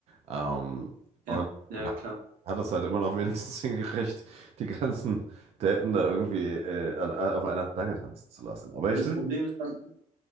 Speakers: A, on the right (about 50°); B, on the right (about 80°).
A: Ähm,
B: ja,
A: und
B: ja,
A: hat,
B: klar.
A: hat das halt immer noch wenigstens <laughs> hingekriegt, die ganzen Deppen da irgendwie äh, an- auf einer Stange tanzen zu lassen. Aber ich
B: Das
A: stimme,
B: Problem ist dann,